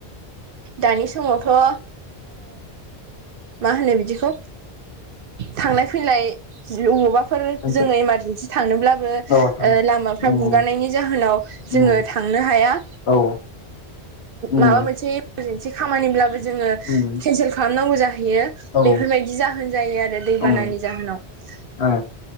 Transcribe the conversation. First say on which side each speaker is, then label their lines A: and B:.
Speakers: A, on the right (about 60°); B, on the left (about 70°).
A: दानि समावथ'ओ मा होनो बिदिखौ थांलाय फैलाय अबावबा फोर
B: थांसब
A: जोङो इमारजेन्सि थांनोब्लाबो
B: औ थां
A: लामाफ्रा
B: उम
A: गुगानायनि जाहोनाव जोङो
B: उम
A: थांनो हाया।
B: औ उम
A: माबा मोनसे इमारजन्सि खामानिब्लाबो जोङो
B: उम
A: केन्सेल खालामनांगौ जाहैयो।
B: औ
A: बेफोरबायदि जा होन जायो आरो दै
B: उम
A: बानानि जाहोनाव।
B: ओ